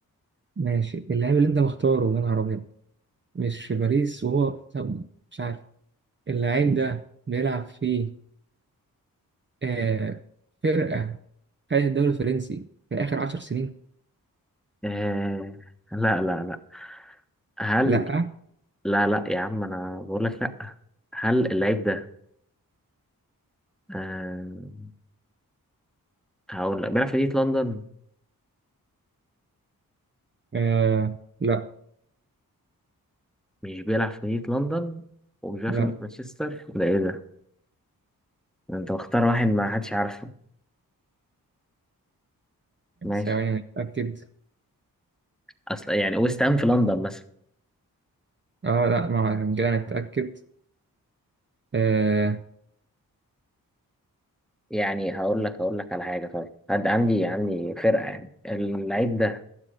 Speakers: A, on the right; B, in the centre.
A: ماشي اللاعب اللي انت مختاره يا نهار ابيض مش في باريس وهو طب مش عارف اللاعب ده بيلعب في آه فرقة خدت الدوري الفرنسي في آخر عشر سنين
B: آه لا لا لا هل
A: لا
B: لا لا يا عم انا بقول لك لا هل اللعيب ده آه هقول لك بيلعب في مدينه لندن
A: آه لا
B: مش بيلعب في مدينة لندن ومش بيلعب
A: لا
B: في مدينة مانشستر ده ايه ده؟ ده انت مختار واحد ما حدش عارفه ماشي
A: ثواني نتأكد
B: اصل يعني ويست هام في لندن مثلا
A: اه لا ما كده نتأكد آه
B: يعني هقول لك هقول لك على حاجة طيب عند- عندي عندي فرقة يعني اللعيب ده